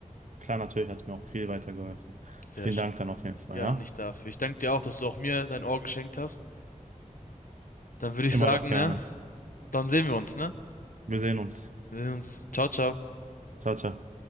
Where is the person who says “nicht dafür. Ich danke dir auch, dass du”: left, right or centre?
Left